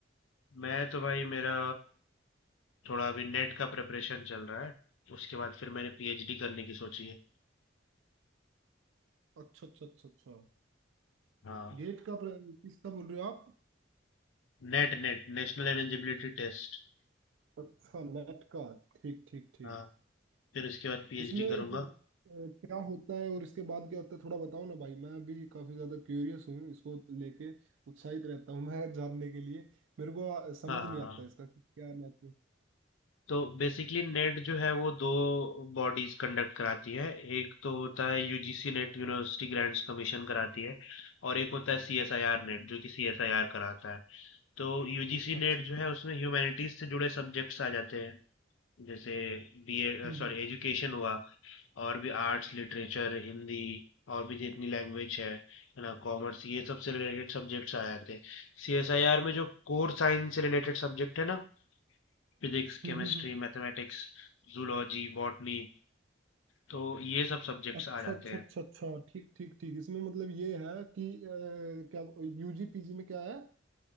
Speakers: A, on the left; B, on the right.
A: मैं तो भाई मेरा थोड़ा अभी नेट का प्रिपरेशन चल रहा है उसके बाद फिर मैंने पीएचडी करने की सोची है
B: अच्छा अच्छा अच्छा अच्छा
A: हाँ
B: गेट का प्र- किसका बोल रहे हो आप
A: Net net national eligibility test
B: अच्छा नेट का ठीक ठीक ठीक
A: हाँ फिर उसके बाद पीएचडी
B: इसमें
A: करूंगा
B: अ, क्या होता है और इसके बाद क्या होता है थोड़ा बताओ ना भाई मैं भी काफी ज्यादा क्यूरियस हूँ इसको लेके उत्साहित रहता हूँ मैं जानने के लिए मेरे को अ, समझ
A: हाँ
B: नहीं आता
A: हाँ
B: इसका कि क्या नेट
A: तो बेसिकली नेट जो है वो दो बॉडीज कंडक्ट कराती है एक तो होता है UGC net university grants commission कराती है और एक होता है सीएसआईआर नेट जो कि सीएसआईआर कराता है तो यूजीसी
B: अच्छा
A: नेट
B: अच्छा
A: जो है उसमें ह्यूमैनिटीज से जुड़े सब्जेक्ट्स आ जाते हैं जैसे बीए
B: हम्म
A: सॉरी
B: हम्म
A: एजुकेशन हुआ और भी आर्ट्स लिटरेचर हिंदी और भी जितनी लैंग्वेज है है ना कॉमर्स ये सब से रिलेटेड सब्जेक्ट्स आ जाते हैं सीएसआईआर में जो कोर साइंस से रिलेटेड सब्जेक्ट है ना physics
B: हम्म,
A: chemistry
B: हम्म, हम्म।
A: mathematics zoology botany तो ये सब सब्जेक्ट्स
B: अच्छा
A: आ जाते
B: अच्छा
A: हैं
B: अच्छा अच्छा ठीक ठीक ठीक इसमें मतलब ये है कि अ, क्या यूजी पीजी में क्या है